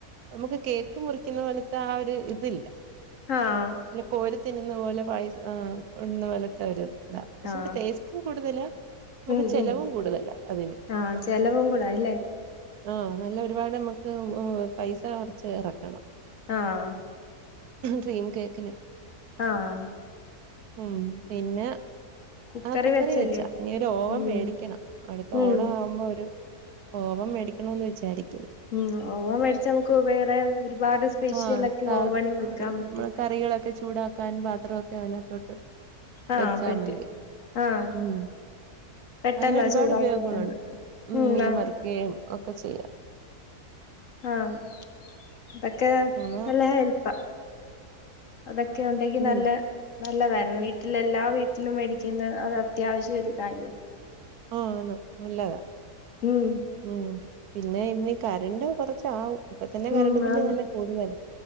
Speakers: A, on the right; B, on the left.
A: നമുക്ക് കേക്ക് മുറിക്കുന്ന പോലത്തെ ആ ഒരു ഇതില്ല
B: ആഹ
A: അല്ല കോരി തിന്നുന്ന പോലെ പായ ഇുന്ന പോലത്തെ ഒരു ഇതാ പക്ഷെ
B: ആഹ്
A: എ ടേസ്റ്റും കൂടുതലാ നമുക്ക്
B: ഉം
A: ചെലവും
B: ഉം
A: കൂടുതല്ല അതിന്
B: ആഹ് ചെലവും കൂടാ അല്ലേ
A: ആഹ നല്ല ഒരുപാട് നമക്ക് പൈസ കുറച്ച് ഇറക്കണം
B: ആഹ്
A: ഡ്രീം കേക്കിന്
B: ആഹ
A: ഉം പിന്നെ
B: കുക്കറിൽ
A: ആ കുക്കറി
B: വെച്ചല്ലേ
A: വെച്ചാ ഇനി ഒരു ഓവൺ
B: ഉം
A: മേടിക്കണം അടുത്ത
B: ഉം
A: ഓണം ആവുമ്പോ ഒരു ഓവൺ മേടിക്കണന്ന് വിചാരിക്കൂ
B: ഉം ഓവൺ മേടിച്ച നമുക്ക് വേറെ ഒരുപാട് സ്പെഷ്യലൊക്കെ
A: <unintelligible>
B: ഓവനിൽ വെക്കാൻ പറ്റും
A: കറികളൊക്കെ ചൂടാക്കാൻ പാത്രമൊക്കെ അനകത്തോട്ട്
B: ആഹ്
A: വച്ചാൽ
B: പറ്റും
A: മതി
B: ആഹ്
A: ഉം
B: പെട്ടെന്നാ
A: അങ്ങനെ ഒരുപാട്
B: ചൂടായി
A: ഉപയോഗങ്ങളുണ്ട്
B: കിട്ടുന്നെ
A: ഉ
B: ഉം
A: മീ
B: ആണ്
A: വറക്കുകയും ഒക്കെ ചെയ്യ
B: ആഹ അതക്കെ
A: അങ്ങനെ
B: എല്ല എൽപ്പ അതൊക്കെ ഉണ്ടെങ്കി
A: ഉം
B: നല്ല നല്ലതായിരുന്നു വീട്ടിൽ എല്ലാ വീട്ടിലും മേടിക്കുന്നത് അത് അത്യാവശ്യം ഒരു കാര്യം
A: ആഹ നല്ലതാ
B: ഉം
A: ഉം പിന്നെ ഇനി കരണ്ട് കൊറച്ച് പ ഇപ്പ തന്നെ കറണ്ട്
B: ഉം
A: ബില്ല്
B: ആന്ന്
A: നല്ല കൂടല്ലേ